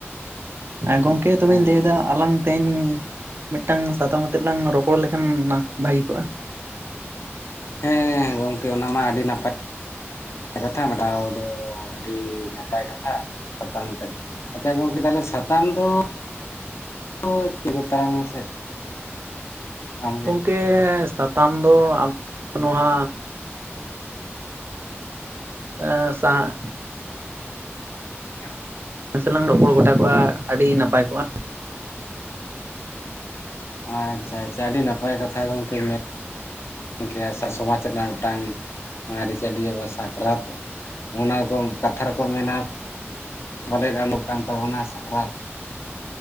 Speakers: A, on the right; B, on the left.
A: ᱜᱚᱝᱠᱮ ᱛᱚᱵᱮᱧ
B: ᱦᱮᱸ
A: ᱞᱟᱹᱭ ᱫᱟ ᱟᱞᱟᱝ ᱛᱮᱦᱮᱧ ᱢᱤᱫᱴᱟᱝ ᱥᱟᱛᱟᱢ ᱟᱛᱮᱫ ᱞᱟᱝ ᱨᱚᱯᱚᱲ ᱞᱮᱠᱷᱟᱱ ᱱᱟ ᱵᱷᱟᱹᱜᱤ ᱠᱚᱜᱼᱟ᱾
B: ᱦᱮᱸ ᱜᱚᱝᱠᱮ ᱚᱱᱟ ᱢᱟ ᱟᱹᱰᱤ ᱱᱟᱯᱟ ᱠᱟᱛᱷᱟ ᱢᱮᱰᱟᱣ ᱫᱚ ᱟᱹᱰᱤ ᱱᱟᱯᱟᱭ ᱠᱟᱛᱷᱟ ᱥᱟᱛᱟᱢ ᱟᱛᱮ ᱟᱪᱪᱷᱟ ᱜᱚᱝᱠᱮ ᱛᱟᱦᱚᱞᱮ ᱥᱟᱛᱟᱢ ᱫᱚ ᱳ ᱠᱤᱨᱩ ᱛᱟᱨᱟᱝ ᱢᱮᱥᱮ᱾ ᱟᱢᱜᱮ
A: ᱜᱚᱝᱠᱮ ᱥᱟᱛᱟᱢ ᱫᱚ ᱟᱵᱚ ᱱᱚᱣᱟ ᱟᱸ ᱥᱟᱸ
B: <inaudible>
A: ᱱᱟᱥᱮ ᱞᱟᱝ ᱨᱚᱯᱚᱲ ᱜᱚᱴᱟ ᱠᱚᱜᱼᱟ ᱟᱹᱰᱤ ᱱᱟᱯᱟᱭ ᱠᱚᱜᱼᱟ᱾
B: ᱟᱸᱪᱟ ᱟᱪᱟ ᱟᱹᱰᱤ ᱱᱟᱯᱟᱭ ᱠᱟᱛᱷᱟ ᱜᱚᱝᱠᱮ ᱢᱮ ᱚᱝᱠᱮ ᱟ ᱥᱟ-ᱥᱚᱢᱟᱡᱽ ᱨᱮᱱᱟᱜ ᱢᱤᱫᱴᱟᱝ ᱟᱹᱨᱤᱼᱪᱟᱹᱞᱤ ᱚ ᱥᱟᱠᱨᱟᱛ ᱚᱱᱟ ᱠᱚᱢ ᱠᱟᱛᱷᱟ ᱨᱮᱠᱚ ᱢᱮᱱᱟ᱾ <unintelligible> ᱠᱟᱱ ᱛᱟᱵᱚᱱᱟ ᱥᱟᱠᱨᱟᱛ᱾